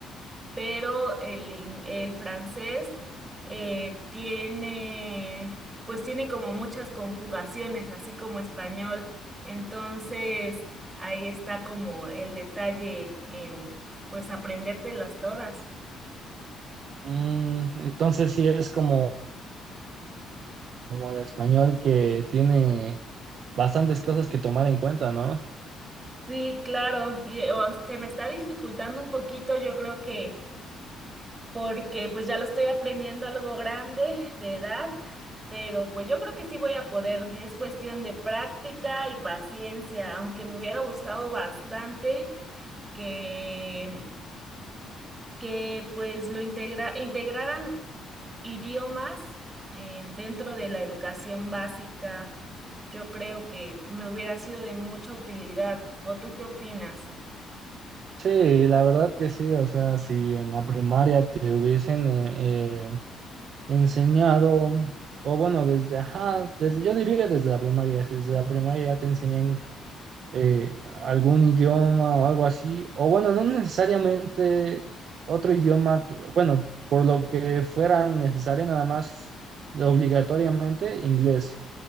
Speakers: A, on the right; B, on the right.
A: pero el, in- el francés eh, tiene pues tiene como muchas conjugaciones, así como español. Entonces ahí está como el detalle en pues aprendértelas todas.
B: Mm, entonces sí es como, como el español que tiene bastantes cosas que tomar en cuenta, ¿no?
A: Sí, claro, y o se me está dificultando un poquito, yo creo que porque pues ya lo estoy aprendiendo algo grande de edad, pero pues yo creo que sí voy a poder. Es cuestión de práctica y paciencia, aunque me hubiera gustado bastante que, que pues lo integra integraran idiomas eh, dentro de la educación básica. Yo creo que me hubiera sido de mucha utilidad. ¿O tú qué opinas?
B: Sí, la verdad que sí, o sea, si en la primaria te hubiesen... eh, eh, enseñado, o bueno, desde, ajá, desde, yo diría desde la primaria, si desde la primaria ya te enseñan eh, algún idioma o algo así, o bueno, no necesariamente otro idioma, que- bueno, por lo que fuera necesario nada más obligatoriamente inglés.